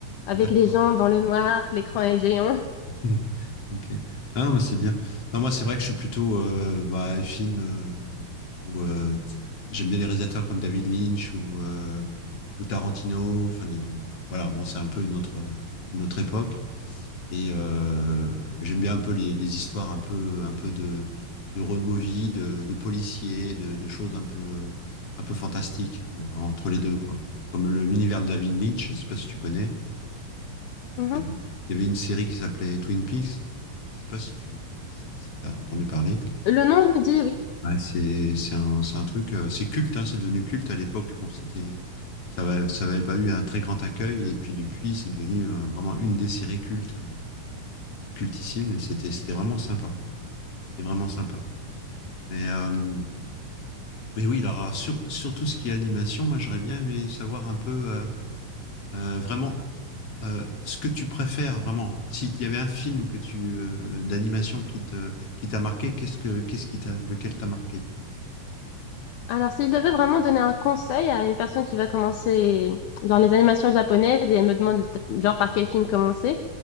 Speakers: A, on the left; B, on the left.
A: avec
B: D'accord.
A: les gens dans le noir, l'écran est géant.
B: Mhm. Ok. Ah, moi, c'est bien. Non, moi, c'est vrai que je suis plutôt euh, bah, les films, euh, plutôt. euh, ti- j'aime bien les réalisateurs comme David Lynch ou, euh, ou Tarantino. Enfin, des- voilà, bon, c'est un peu une autre, une autre époque. Et euh, j'aime bien un peu les, les histoires un peu, un peu de, de road movie, de, de policiers, de, de choses un peu, un peu fantastiques en- entre les deux, quoi. Comme le- l'univers de David Lynch, je sais pas si tu connais.
A: Mhm.
B: Il y avait une série qui s'appelait Twin Peaks. Je ne sais pas si tu si, si as entendu parler.
A: Le nom me dit oui.
B: Ouais, c'est c'est un, c'est un truc, euh, c'est culte, hein, c'est devenu culte à l'époque. Bon, c'était ça va- ça n'avait pas eu un très grand accueil et puis depuis, c'est devenu euh, vraiment une des séries cultes, euh, cultissime et c'était c'était vraiment sympa. C'est vraiment sympa. Mais euh, mais oui, alors sur sur tout ce qui est animation, moi j'aurais bien aimé savoir un peu euh, euh, vraiment euh, ce que tu préfères vraiment. S'il y avait un film que tu euh, d'animation qui te qui t'a marqué, qu'est-ce que qu'est-ce qui t'a lequel t'a marqué?
A: Alors, s'il devait vraiment donner un conseil à une personne qui va commencer dans les animations japonaises et elle me demande genre par quel film commencer,